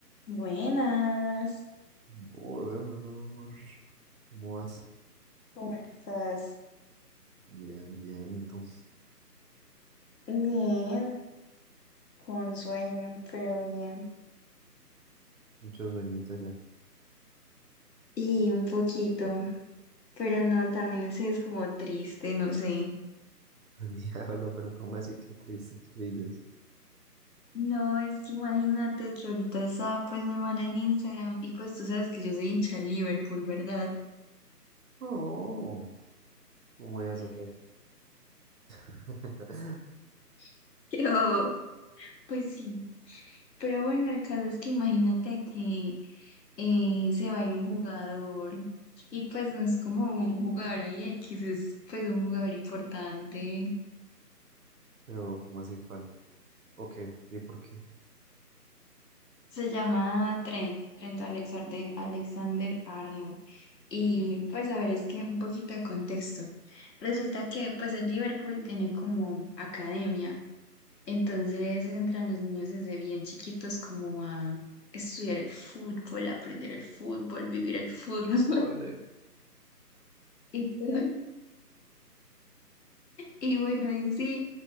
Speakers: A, on the left (about 80°); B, on the right (about 60°).
A: Buenas,
B: Buenas, ¿cómo vas?
A: ¿cómo estás?
B: Bien, bien, ¿y tú?
A: Bien, con sueño, pero bien.
B: Mucho sueñito ya. <laughs>
A: Y un poquito, pero no, también ese es como triste, no sé.
B: Al diablo, pero ¿cómo así? Qué triste, ¿qué dices?
A: No, es que imagínate que ahorita estaba pues normal en Instagram y pues tú sabes que yo soy hincha de Liverpool, ¿verdad?
B: No, ¿cómo ya sabes? <laughs>
A: <laughs> Yo, pues sí, pero bueno, el caso es que imagínate que eh, se va a ir un jugador y pues no es como un jugador ahí X, es pues un jugador importante
B: Pero, ¿cómo así cuál? ¿O qué? ¿Y por qué?
A: Se llama Trent, Trent Alexander, Alexander Arnold. Y pues a ver, es que un poquito de contexto. Resulta que pues el Liverpool tiene como academia, entonces entran los niños desde bien chiquitos como a estudiar el fútbol, aprender el fútbol, vivir el fútbol
B: Qué Vale.
A: <laughs> y todo. Y bueno, y sí,